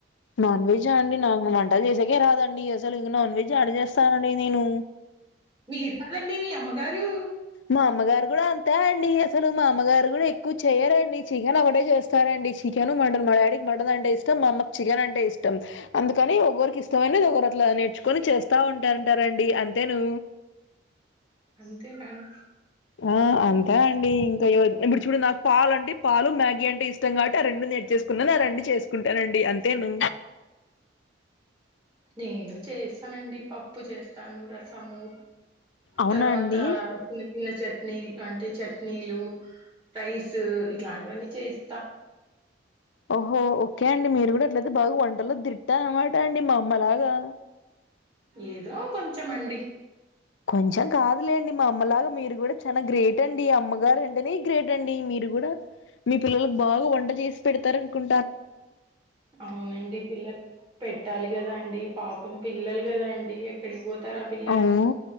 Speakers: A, on the left; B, on the right.
A: నాన్ వెజ్ా అండి నాకు వంట చేసేకే రాదండి అసలు ఇం నాన్ వెజ్ యడ చేేస్తానండి నేను
B: మీరు కదండి మీ అమ్మగారు
A: మా అమ్మగారు కూడా అంతే అండి అసలు మా అమ్మగారు కూడా ఎక్కువ చేయరండి చికెన్ ఒకటే చేస్తారండి చి చికెన్ మటన్ మా డాడీకి మటన్ అంటే ఇష్టం మామ్మకి చికెన్ అంటే ఇష్టం అందుకని ఒకరికి ఇష్టమైనది ఒకరు అట్లా నేర్చుకొని చేస్తా ఉంటాంటారండి అంతే ను
B: అంతేకాండి
A: ఆ అంతే అండి ఇంకా ఇప్పుడు చూడు నాకు పాలు అంటే పాలు మ్యాగీ అంటే ఇష్టం కాట్టి ఆ రెండు నేట్ చేసుకున్నాను రెండి చేసుకుంటానండి అంతే ను
B: నేను చేస్తానండి పప్పు చేస్తాను రస ము
A: అవునా
B: తర్వాత
A: అండి
B: చిన్న చిన్న చట్నీ ఇలాంటిే చట్నీలు రైస్ ఇట్లాంటివన్నీ చేస్
A: ఓహో ఓకే అండి మీరు కూడా ట్లయితే బాగా వంటల్లో దిట్ట అనమాట అండి మా అమ్మ లాగా
B: ఏదో కొంచమండి
A: కొంచెం కాదులేండి మా అమ్మలాగా మీరు కూడా చానా గ్రేట్ అండి అమ్మగారు అంటేనే గ్రేట్ అండి మీరు కూడా మీ పిల్లలకు బాగా వంట చేసి పెడతారు అనుకుం
B: అవునండి పిల్ల పెట్టాలి కదా అండి పాపం పిల్లలు కదం ఎక్కడికి పోతారు ఆ పిల్లలు
A: అవును